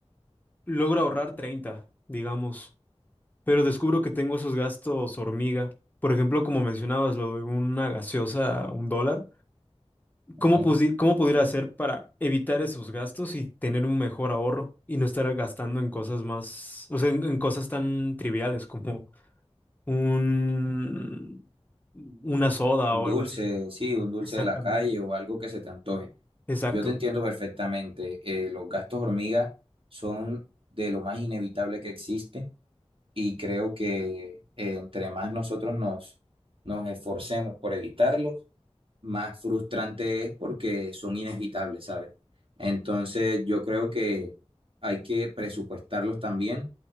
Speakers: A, on the left (about 15°); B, on the right (about 55°).
A: logro ahorrar 30 digamos, pero descubro que tengo esos gastos hormiga. Por ejemplo, como mencionabas, lo de una gaseosa, un dólar. ¿Cómo,
B: Ujú.
A: pudi cómo pudiera hacer para evitar esos gastos y tener un mejor ahorro y no estar gastando en cosas más, o sea, en, en cosas tan triviales como un, una soda
B: Un
A: o
B: dulce,
A: algo así?
B: sí, un dulce
A: Exactamente.
B: de la calle o algo que se te antoje.
A: Exacto.
B: Yo te entiendo perfectamente. eh, los gastos hormiga son de lo más inevitable que existe y creo que eh, entre más nosotros nos, nos esforcemos por evitarlos, más frustrante es porque son inevitables, ¿sabes? Entonces, yo creo que hay que presupuestarlos también,